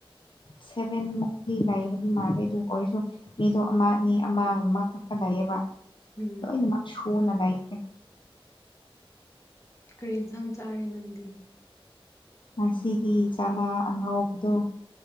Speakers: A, on the left (about 55°); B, on the left (about 30°).
A: ꯁꯚꯦꯟ ꯃꯨꯛꯇꯤ ꯂꯩꯏꯕꯗꯤ ꯃꯥꯟꯒ꯭ꯔꯦ ꯑꯗꯨ ꯀꯣꯔꯤꯁꯣ ꯃꯤꯗꯣ ꯑꯃ ꯑꯅꯤ ꯑꯃꯒꯨꯝꯕ ꯈꯛꯇ ꯂꯩꯌꯦꯕ
B: ꯎꯝ
A: ꯂꯣꯏꯅꯃꯛ ꯁꯨꯅ ꯂꯩꯇ꯭ꯔꯦ
B: ꯀꯔꯤ ꯏꯟꯁꯥꯡ ꯆꯥꯔꯦ ꯅꯪꯗꯤ
A: ꯉꯁꯤꯗꯤ ꯆꯥꯅ ꯑꯉꯧꯕꯗꯣ